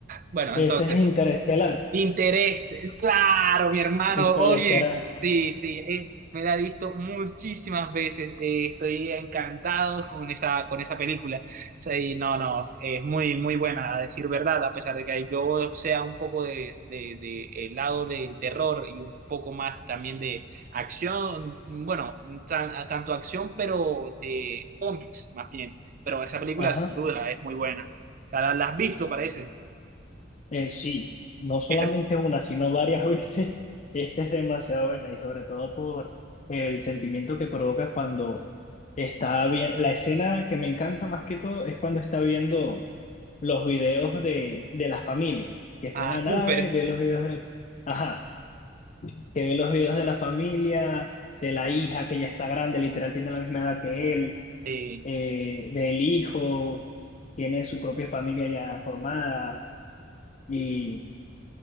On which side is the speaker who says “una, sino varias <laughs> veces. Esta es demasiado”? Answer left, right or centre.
Left